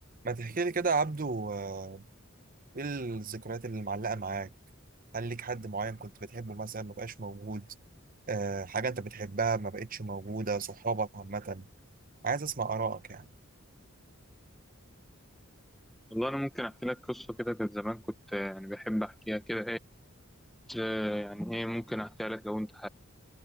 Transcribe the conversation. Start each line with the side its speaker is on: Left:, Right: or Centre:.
Right: ما تحكي لي كده يا عبدو آه، ايه الذكريات اللي معلقة معاك هل ليك حد معين كنت بتحبه مثلا ما بقاش موجود أه حاجة انت بتحبها ما بقتش موجودة صحابك عامة عايز اسمع آرائك يعني
Centre: والله أنا ممكن أحكي لك قصة كده كانت زمان كنت آه، يعني بحب أحكيها كده إيه آه، يعني إيه ممكن أحكيها لك لو أنت حابب